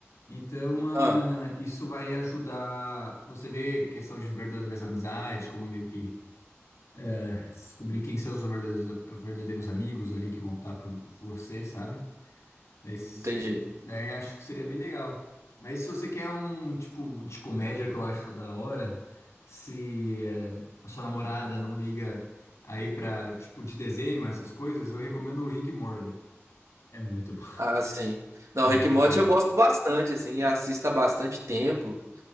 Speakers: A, on the left (about 85°); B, on the right (about 85°).
A: Então, ah,
B: Ah,
A: isso vai ajudar você ver questão de verdadeiras amizades, como meio que eh, descobrir quem são os verdadeiros, verdadeiros amigos ali que vão estar por, por você, sabe? Daí, cê-
B: entendi.
A: daí acho que seria bem legal. Mas se você quer um tipo de comédia que eu acho da hora, se eh, a sua namorada não liga aí pra tipo de desenho, essas coisas, eu recomendo o Rick e Morty. É muito bom. <laughs>
B: Ah, sim. Não,
A: É
B: Rick
A: genial.
B: e Morty eu gosto bastante, assim, assisto há bastante tempo.